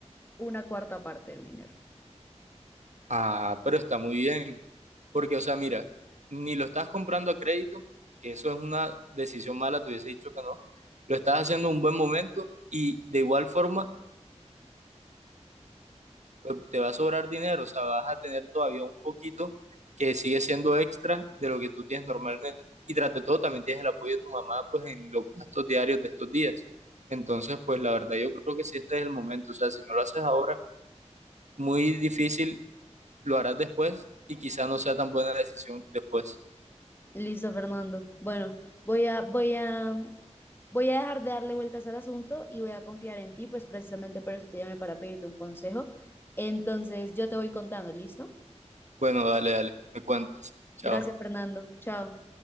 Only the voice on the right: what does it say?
Ah, pero está muy bien. Porque, o sea, mira, ni lo estás comprando a crédito, que eso es una decisión mala, te hubiese dicho que no. Lo estás haciendo en un buen momento y de igual forma, pues, te va a sobrar dinero. O sea, vas a tener todavía un poquito que sigue siendo extra de lo que tú tienes normalmente. Y tras de todo, también tienes el apoyo de tu mamá, pues, en los gastos diarios de estos días. Entonces, pues, la verdad, yo creo que sí, este es el momento. O sea, si no lo haces ahora muy difícil, lo harás después y quizás no sea tan buena decisión después.
Bueno, dale, dale, me cuentas. Chao.